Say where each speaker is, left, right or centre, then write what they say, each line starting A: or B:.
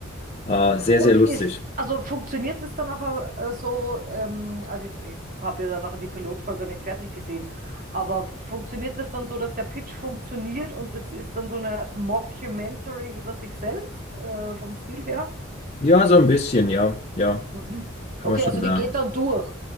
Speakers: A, on the left (about 30°); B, on the right (about 45°).
A: Äh, sehr,
B: Und
A: sehr lustig.
B: ist, also funktioniert das dann auch äh, so, ähm, also ich, ich habe ja dann noch die Pilotfolge nicht fertig gesehen, aber funktioniert das dann so, dass der Pitch funktioniert und das ist dann so eine Mockumentary über sich selbst, äh, vom Stil her?
A: Ja, so ein bisschen, ja, ja,
B: Mhm.
A: kann
B: Okay,
A: man schon
B: also
A: sagen.
B: die geht dann durch,